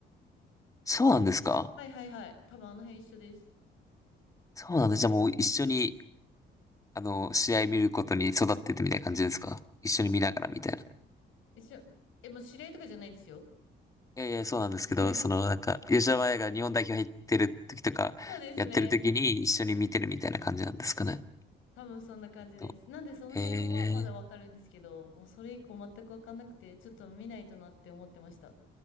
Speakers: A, on the left; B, on the left.
A: そうなんですか。
B: はいはいはい、多分あの辺一緒です。
A: そうなんです。じゃあもう一緒に、あの、試合見ることに育っててみたいな感じですか。一緒に見ながらみたいな。
B: 一緒。え、もう知り合いとかじゃないですよ。
A: いやいや、そうなんですけど、
B: <laughs>
A: その、なんか、吉田麻也が日本代表入ってる時とか、
B: そうですね。
A: やってる時に一緒に見てるみたいな感じなんですかね。
B: 多分そんな感じです。
A: と
B: なんでその辺はまだわかるんですけど、
A: へえ。
B: もうそれ以降全くわかんなくて、ちょっと見ないとなって思ってました。